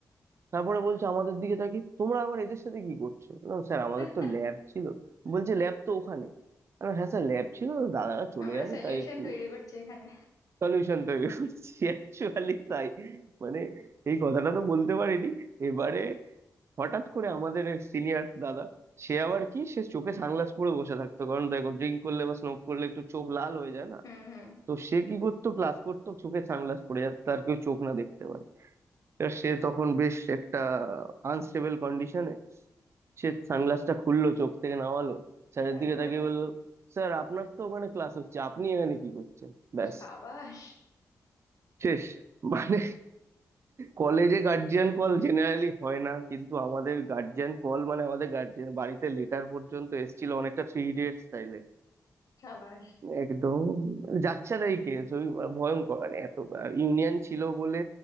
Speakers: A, on the right (about 45°); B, on the left (about 70°).
A: তারপরে বলছে আমাদের দিকে তাকিয়ে তোমরা আবার এদের সাথে কি করছো বললাম স্যার আমাদের
B: <laughs>
A: তো ল্যাব ছিল বলছে ল্যাব তো ওখানে আমি বললাম, হ্যাঁ স্যার ল্যাব ছিল দাদারা চলে
B: আমরা
A: যাবে
B: সলিউশন
A: তাই একটু
B: তৈরি করছি এখানে
A: সলিউশন তৈরি করছি অ্যাকচুয়ালি তাই মানে এই কথাটা তো বলতে পারিনি এবারে হঠাৎ করে আমাদের সিনিয়র দাদা সে আবার কি সে চোখে সানগ্লাস পরে বসে থাকতো কারণ দেখো ড্রিঙ্ক করলে বা স্মোক করলে একটু চোখ লাল হয়ে যায় না
B: হুম হুম
A: তো সে কি করতো ক্লাস করতো চোখে সানগ্লাস পরে যাতে তার কেউ চোখ না দেখতে পারে এবার সে তখন বেশ একটা আনস্টেবল কন্ডিশনে সে সানগ্লাসটা খুললো চোখ থেকে নামালো স্যারের
B: তারপরে
A: দিকে তাকিয়ে বললো স্যার আপনার তো ওখানে ক্লাস হচ্ছে আপনি এখানে কি করছেন ব্যাস
B: সাবাস
A: শেষ মানে কলেজে গার্জিয়ান কল জেনারেলি হয় না কিন্তু আমাদের গার্জিয়ান কল মানে আমাদের গার্জিয়ান বাড়িতে লেটার পর্যন্ত এসেছিল অনেকটা থ্রি ইডিয়টস স্টাইলে
B: সাবাস
A: একদম যাচ্ছেতাই কেস ওই ভয়ঙ্কর মানে এত ইউনিয়ন ছিল বলে